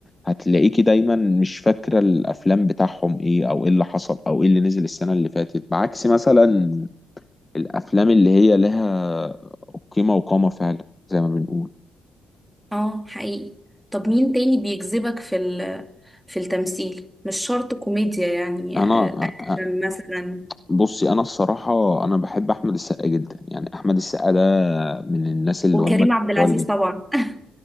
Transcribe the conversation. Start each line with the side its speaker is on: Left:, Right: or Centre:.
Left: هتلاقيكي دايما مش فاكرة الأفلام بتاعهم إيه أو إيه اللي حصل أو إيه اللي نزل السنة اللي فاتت بعكس مثلا الأفلام اللي هي لها قيمة وقامة فعلا زي ما بنقول
Centre: اه حقيقي طب مين تاني بيجذبك في ال- في التمثيل مش شرط كوميديا يعني
Left: أنا
Centre: آه، اكشن
Left: أ- أ-
Centre: مثلا
Left: بصي أنا الصراحة أنا بحب أحمد السقا جدا يعني أحمد السقا ده من الناس اللي
Centre: وكريم
Left: هم
Centre: عبد
Left: بتوع
Centre: العزيز طبعا <laughs>